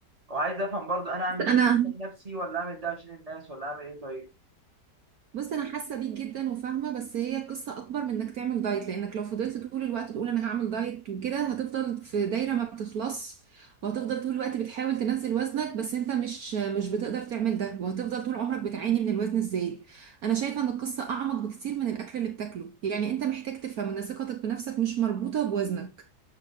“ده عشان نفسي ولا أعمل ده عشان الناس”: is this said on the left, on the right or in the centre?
Right